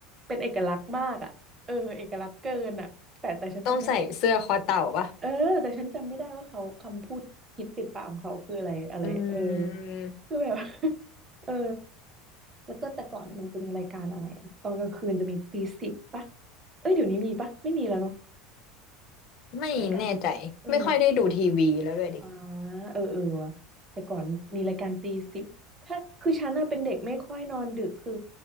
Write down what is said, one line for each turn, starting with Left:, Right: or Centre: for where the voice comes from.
Right: เป็นเอกลักษณ์มากอ่ะเออเอกลักษณ์เกินอ่ะแต่แต่ฉันจำไม่ได้
Left: ต้องใส่เสื้อคอเต่าปะ
Right: เออแต่ฉันจำไม่ได้ว่าเขาคำพูดฮิตติดปากของเขาคืออะไรอะไรเออ
Left: อืม
Right: คือแบบ <laughs> เออแล้วก็แต่ก่อนมันจะมีรายการอะไรอะตอนกลางคืนจะมีตีสิบปะเอ้ยเดี๋ยวนี้มีปะไม่มีแล้วเนาะ
Left: ไม่แน่ใจไม่ค่อยได้ดูทีวีแล้วด้วยดิ
Right: รายการเออ อ่าเออเออว่ะแต่ก่อนมีรายการตีสิบ ถ้าคือฉันน่ะเป็นเด็กไม่ค่อยนอนดึก คือ